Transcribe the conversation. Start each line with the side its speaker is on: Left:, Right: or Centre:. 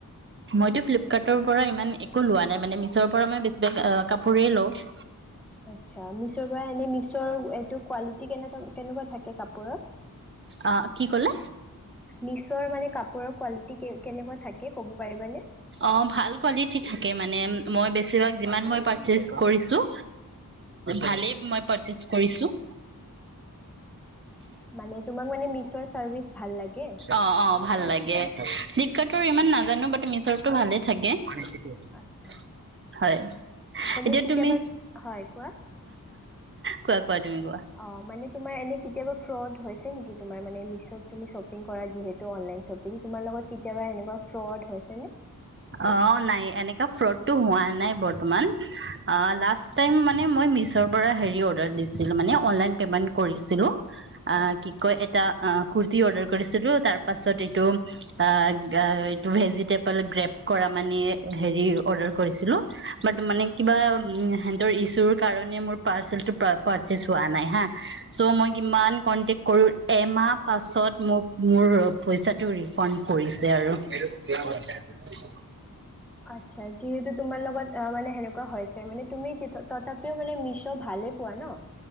Right: মইতো ফ্লিপকাৰ্টৰ পৰা ইমান একো লোৱা নাই মানে মিছৰ পৰা মই বেছি ব কাপোৰেই লওঁ।
Centre: আচ্ছা, মিছ পৰাই এনেই মিচৰ এটো কোৱালিটি কেনেকুৱা কেনেকুৱা থাকে কাপোৰৰ,
Right: অ', কি ক'লে
Centre: মিচৰ মানে কাপোৰৰ কোৱালিটি কেনেকুৱা থাকে কব পাৰিবানে?
Right: অ ভাল কোৱালিটি থাকে মানে মই বেছিভাগ যিমান মই পাৰ্ছেচ কৰিছো, ভালেই মই পা কৰিছো।
Centre: মানে তোমাক মানে মিছৰ- চাৰ্ভিচ ভাল লাগে
Right: অ অ ভাল লাগে, ফ্লিপকাৰ্টৰ
Centre: আচ্ছা
Right: ইমান নাজানো বাট মিছৰ- টো ভালে থাকে। ম <inaudible>
Centre: আচ্ছা
Right: হয়।
Centre: এনে
Right: এতিয়া
Centre: কেতিয়াবা
Right: তুমি
Centre: হয় কোৱা,
Right: কোৱা কোৱা তুমি কোৱা
Centre: অ মানে তোমাৰ এনে কেতিয়াবা ফ্লদ হৈছে নেকি? তোমাৰ মানে মিছত তুমি শ্বপিং কৰা যিহেতু অনলাইন শ্বপিং তোমাৰ লগত কেতিয়াবা এনেকুৱা ফ্ৰড- হৈছে নে?
Right: অ নাই এনেকা ফ্ৰড। টো হোৱা নাই বৰ্তমান। অ লাষ্ট
Centre: আচ্ছা
Right: টাইম মানে মই মছ। পৰা হেৰি অৰ্ডাৰ দিছিল মানে অনলাইন পেমেন্ট কৰিছিলো। অ,
Centre: আচ্ছা।
Right: কি কয় এটা। অ, কুৰ্তি অৰ্ডাৰ কৰিছিলো তাৰ পাছত এইটো অ এইটো ভেজ। তিাল গ্ৰেপ কৰা মানে হেৰি অৰ্ডাৰ কৰিছিলোঁ বাট মানে কিবা সিহতৰ ইছুৰ কাৰণে মোৰ পাৰ্চেলটো পাৰ্চজ হোৱা নাই হা, চ' মই কিমান কনটেকট কৰোঁ এমাহ পাছত মোক মোৰ পইচাটো ৰিফাণ্ড কৰিছে আৰু <unintelligible>
Centre: আচ্ছা, যিহেতু তোমাৰ লগত অ মানে সেনেকুৱা হৈছে মানে তুমি তথাপিও মানে মিছ ভালে। পোৱা ন?